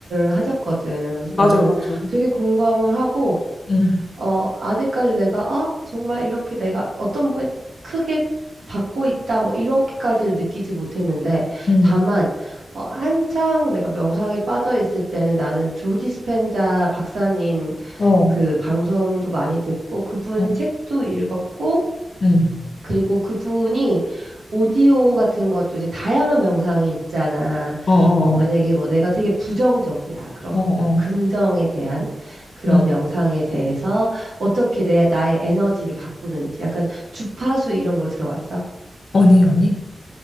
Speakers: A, on the right; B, on the left.
A: 하셨거든. 그래서
B: 맞아,
A: 나는
B: 맞아.
A: 되게 공감을 하고
B: 응.
A: 어 아직까지 내가 아 정말 이렇게 내가 어떤 부분 크게 받고 있다 뭐 이렇게까지 느끼지 못했는데
B: 응,
A: 다만 어, 한창 내가 명상에 빠져 있을 때는 나는 조 디스펜자 박사님
B: 어,
A: 그 방송도 많이 듣고 그분
B: 응.
A: 책도 읽었고
B: 응.
A: 그리고 그분이 오디오 같은 것도 이제 다양한 명상이 있잖아.
B: 어, 어,
A: 어, 만약에 뭐 내가 되게 부정적이야. 그럼
B: 어, 어,
A: 이제
B: 어.
A: 뭐 긍정에 대한 그런
B: 응.
A: 명상에 대해서 어떻게 내, 나의 에너지를 바꾸는지 약간 주파수 이런 거 들어왔어.
B: 아니, 아니.